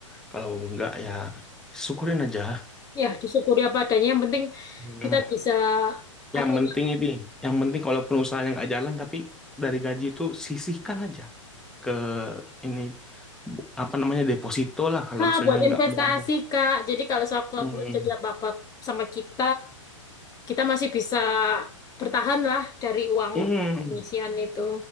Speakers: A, in the centre; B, on the left.
A: Kalau enggak ya syukurin aja.
B: ya disyukuri apa adanya yang penting
A: Hmm.
B: kita bisa
A: Yang
B: apa
A: penting
B: ya,
A: ini, yang penting kalaupun usahanya nggak jalan tapi dari gaji itu sisihkan aja ke ini bu- apa namanya deposito lah kalau
B: Nah,
A: misalnya
B: buat investasi,
A: nggak mau.
B: Kak. Jadi kalau sewaktu-waktu
A: Hmm.
B: terjadi apa-apa sama kita, kita masih bisa bertahan lah dari uang
A: Hmm.
B: pengisian itu.